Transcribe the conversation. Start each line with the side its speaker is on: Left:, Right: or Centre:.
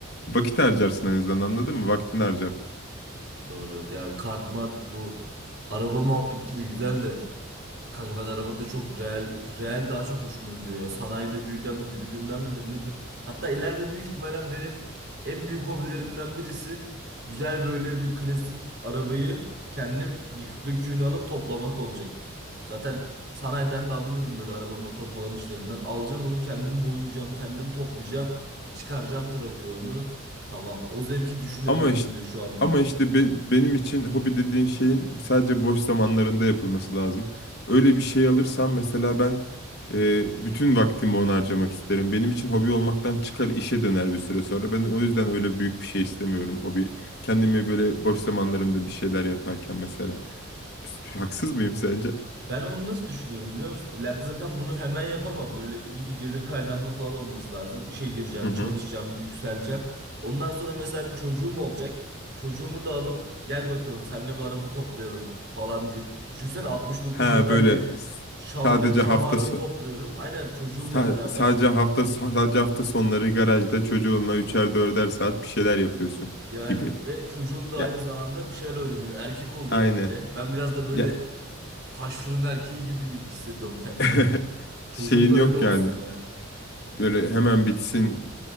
Left: Vakit harcarsın en azından anladın mı? Vaktini harcar.
Right: Doğru. Ya kart mart bu araba muhabbeti de güzel de kanka ben arabada çok real real daha çok hoşuma gidiyor ya. Sanayide büyüdüm büyüdüğümden midir nedir? Hatta ileride büyük ihtimalle benim en büyük hobilerimden birisi güzel böyle bir klasik arabayı kendim yıkık döküğünü alıp toplamak olacak. Zaten sanayiden de anlıyorum böyle araba motor falan işlerinden. Alacağım onu kendim boyayacağım, kendim toplayacağım, bir çıkaracağım trafiğe onu. Tamam. O zevki düşünemiyorum
Left: Ama işte
Right: bile şu anda.
Left: ama işte be- benim için hobi dediğin şeyin sadece boş zamanlarında yapılması lazım. Öyle bir şey alırsam mesela ben e, bütün vaktimi ona harcamak isterim. Benim için hobi olmaktan çıkar işe döner bir süre sonra. Ben o yüzden öyle büyük bir şey istemiyorum hobi. Kendimi böyle boş zamanlarımda bir şeyler yaparken mesela. Haksız mıyım sence?
Right: Ben onu nasıl düşünüyorum biliyor musun? İleride zaten bunu hemen yapamam. Böyle iyi bir gelir kaynağımın falan olması lazım. İşe gireceğim,
Left: Hı hı.
Right: çalışacağım, yükseleceğim. Ondan sonra mesela bir çocuğum olacak. Çocuğumu da alıp gel bakalım seninle bir araba toplayalım falan deyip. Düşünsene 69
Left: Ha
Right: model
Left: böyle
Right: bir
Left: s-
Right: Chevrolet
Left: sadece
Right: Camaro'yu
Left: hafta so-
Right: topluyorum. Aynen çocuğumla
Left: Sa-
Right: beraber.
Left: sadece hafta sadece hafta sonları garajda çocuğunla üçer dörder saat bir şeyler yapıyorsun
Right: Yani
Left: gibi.
Right: ve çocuğum da
Left: Ya
Right: aynı zamanda bir şeyler öğreniyor. Erkek oluyor
Left: aynen.
Right: böyle. Ben biraz da böyle
Left: Ya
Right: taş fırın erkeği gibi hissediyorum kendimi.
Left: <laughs>
Right: Çocuğum
Left: şeyin
Right: da öyle
Left: yok
Right: olsun
Left: yani.
Right: ya.
Left: Böyle hemen bitsin